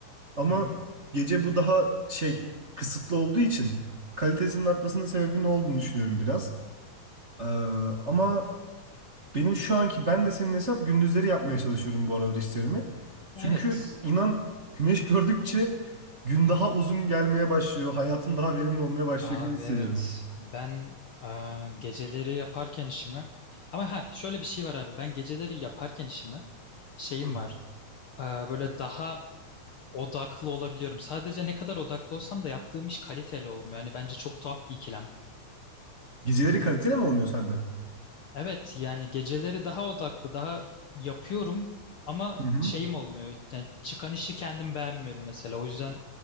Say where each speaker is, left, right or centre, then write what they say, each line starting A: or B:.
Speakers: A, on the right; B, on the left.
A: Ama
B: Hı hı.
A: gece bu daha şey kısıtlı olduğu için kalitesinin artmasının sebebi ne olduğunu düşünüyorum biraz. Ee, ama benim şu anki ben de senin hesap gündüzleri yapmaya çalışıyorum bu aralar işlerimi. Çünkü
B: Evet.
A: inan güneş <laughs> gördükçe gün daha uzun gelmeye başlıyor. Hayatım daha verimli olmaya başlıyor
B: Abi
A: gibi hissediyorum.
B: evet. Ben aa, geceleri yaparken işimi ama ha şöyle bir şey var abi. Ben geceleri yaparken işimi şeyim
A: Hı.
B: var. Aa, böyle daha odaklı olabiliyorum. Sadece ne kadar odaklı olsam da yaptığım iş kaliteli olmuyor. Hani bence çok tuhaf bir ikilem.
A: Geceleri kaliteli mi olmuyor sende?
B: Evet yani geceleri daha odaklı, daha yapıyorum ama
A: Hı hı.
B: şeyim olmuyor. Yani çıkan işi kendim beğenmiyorum mesela. O yüzden